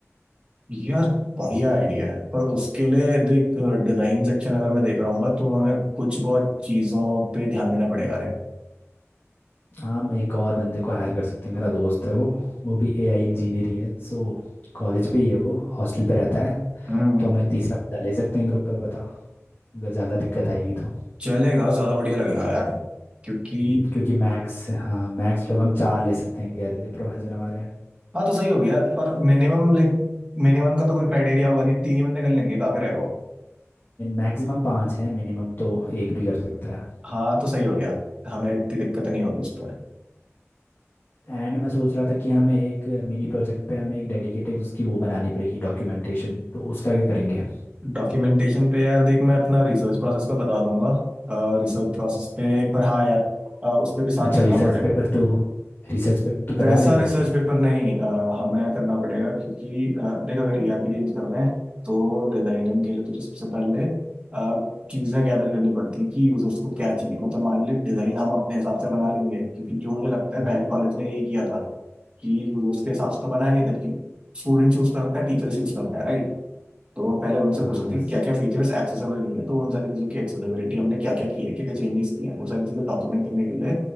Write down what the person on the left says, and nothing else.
हम एक और बंदे को हायर कर सकते हैं मेरा दोस्त है वो वो भी एआई इंजीनियर ही है सो कॉलेज पे ही है वो हॉस्टल पे रहता है
तो हम एक तीसरा बंदा ले सकते हैं ग्रुप पे बता अगर ज़्यादा दिक्कत आएगी तो।
हम्म, क्योंकि मैक्स हाँ मैक्स लोग हम चार ले सकते हैं कह रहे थे प्रोफेसर हमारे
मैक्सिमम पाँच हैं मिनिमम तो एक भी कर सकता है
एंड मैं सोच रहा था कि हमें एक मिनी प्रोजेक्ट पे हमें एक डेडिकेटेड उसकी वो बनानी पड़ेगी डॉक्यूमेंटेशन तो उसका क्या करेंगे
अच्छा
रिसर्च
पेपर तो रिसर्च पेपर तो करवा
लेगा
हम्म,
हाँ
बस